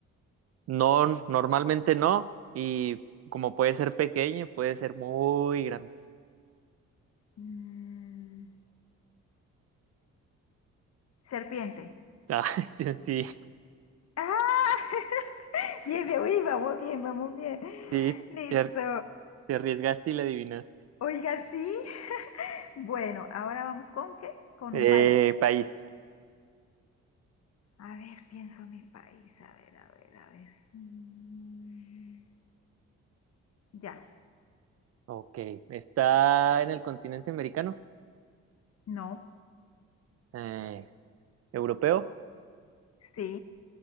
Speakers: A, on the right (about 55°); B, on the left (about 55°).
A: No, normalmente no. Y como puede ser pequeño, puede ser muy grande.
B: Mm, serpiente.
A: <laughs> Ay, sí, sí,
B: ¡Ah! <laughs> Bien, bien, uy, vamos bien, vamos bien.
A: sí,
B: Listo.
A: te ar- te arriesgaste y le adivinaste.
B: Oiga, sí. <laughs> Bueno, ahora vamos con qué? Con
A: Eh,
B: un país.
A: país.
B: A ver, pienso en mi país. A ver, a ver, a ver. Mm, Ya.
A: Ok. ¿Está en el continente americano?
B: No.
A: Eh, ¿europeo?
B: Sí.